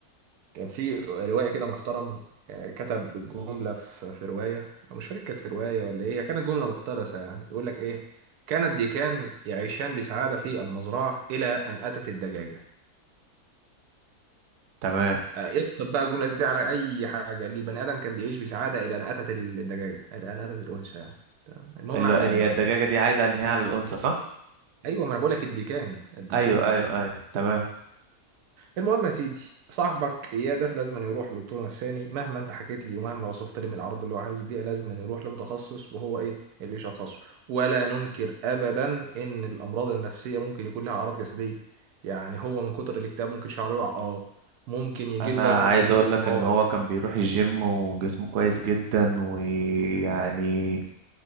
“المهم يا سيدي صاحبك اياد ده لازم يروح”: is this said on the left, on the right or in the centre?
Right